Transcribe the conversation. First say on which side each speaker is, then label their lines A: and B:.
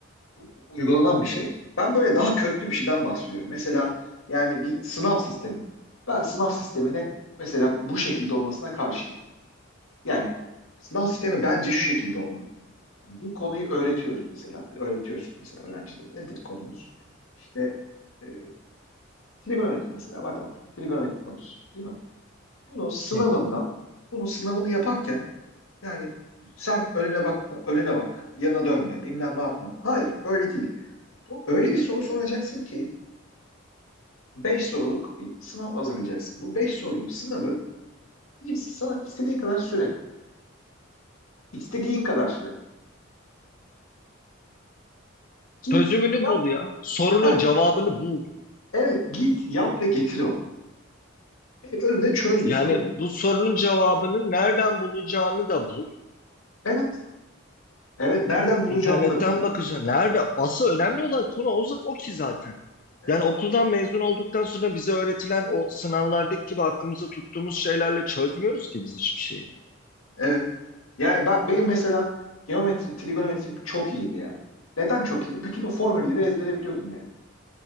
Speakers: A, on the left; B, on the left.
A: bu uygulanan bir şey. Ben böyle daha köklü bir şeyden bahsediyorum. Mesela yani bir sınav sistemi. Ben sınav sistemini mesela bu şekilde olmasına karşıyım. Yani sınav sistemi bence şu şekilde olmalı. Bir konuyu öğretiyoruz mesela. Bir öğretiyoruz mesela öğrencilere. Nedir konumuz? İşte e, trigonometri mesela matematik. Trigonometri konusu değil mi? Bunu sınavında
B: Hı hı.
A: bunun sınavını yaparken yani sen önüne bak, önüne bak, yana dönme, bilmem ne yapma. Hayır, böyle değil. Bu, öyle bir soru soracaksın ki 5 soruluk bir sınav hazırlayacaksın. Bu 5 soruluk sınavı diyeceksin sana istediğin kadar süre. İstediğin kadar süre. Git,
B: Çözümünü
A: yap.
B: bul ya. Sorunun
A: Ha,
B: cevabını bul.
A: evet git, yap ve getir onu. Benim önümde çöz
B: Yani
A: bu soruyu.
B: bu sorunun cevabını nereden bulacağını da bul.
A: Evet. Evet. Nereden bulacağını
B: İnternetten
A: da bul yani.
B: bakacaksın. Nerede? Asıl önemli olan konu o, o ki zaten.
A: Evet.
B: Yani okuldan mezun olduktan sonra bize öğretilen o sınavlardaki gibi aklımıza tuttuğumuz şeylerle çözmüyoruz ki biz hiçbir şeyi.
A: Evet. Yani ben, benim mesela geometrim, trigonometrim çok iyiydi yani. Neden çok iyiydi? Bütün o formülleri ezbere biliyordum yani.